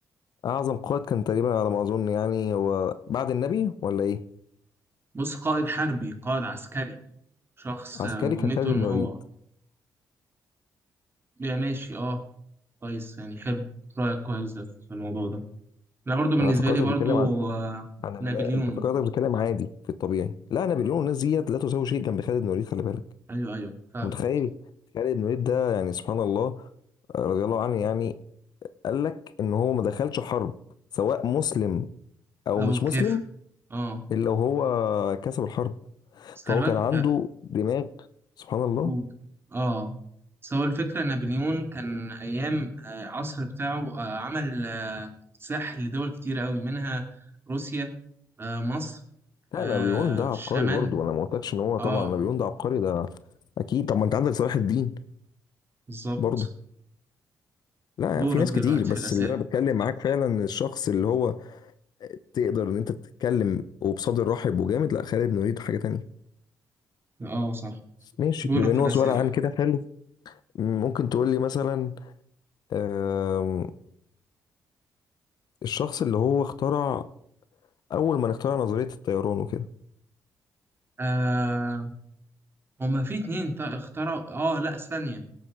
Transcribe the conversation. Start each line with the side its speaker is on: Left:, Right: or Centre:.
Left: أعظم قائد كان تقريبا على ما أظن يعني هو بعد النبي ولا إيه؟
Right: بص قائد حربي قائد عسكري شخص
Left: عسكري
Right: آه، مهمته
Left: كان خالد بن
Right: ان
Left: الوليد
Right: هو يا ماشي اه كويس يعني حلو رأيك كويس ده في الموضوع ده انا برضو بالنسبة
Left: انا فكرتك
Right: لي برضو
Left: بتتكلم عن
Right: آه،
Left: عن الن-
Right: نابليون
Left: انت فكرتك بتتكلم عادي في الطبيعي لا نابليون والناس ديت لا تساوي شيء جنب خالد بن الوليد خلي بالك
Right: ايوه ايوه فاهم
Left: انت متخيل خالد بن الوليد ده يعني سبحان الله آه، رضي الله عنه يعني قال لك ان هو ما دخلش حرب سواء مسلم او
Right: او
Left: مش
Right: كيف
Left: مسلم
Right: اه
Left: الا وهو كسب الحرب
Right: بس خلي
Left: فهو
Right: بالك
Left: كان عنده دماغ سبحان الله
Right: مم. اه بس هو الفكرة نابليون كان أيام آه، عصر بتاعه آه، عمل آه، ساح لدول كتير أوي منها روسيا آه، مصر
Left: لا
Right: آه،
Left: نابليون ده عبقري
Right: الشمال
Left: برضه انا ما قلتلكش ان هو
Right: اه
Left: طبعا نابليون ده عبقري ده اكيد طب ما انت عندك صلاح الدين
Right: بالظبط
Left: برضه لا
Right: دورك
Left: في ناس
Right: دلوقتي
Left: كتير بس
Right: في الأسئلة
Left: اللي انا بتكلم معاك فعلا الشخص اللي هو تقدر ان انت تتكلم وبصدر رحب وجامد لا خالد نريد حاجه تانية
Right: اه صح
Left: ماشي
Right: دورك
Left: بما ان
Right: في
Left: هو
Right: الأسئلة
Left: سؤال عن كده حلو ممكن تقول لي مثلا آم، الشخص اللي هو اخترع اول ما اخترع نظريه الطيران وكده
Right: آه هما في اتنين تا- اخترعوا اه لا ثانية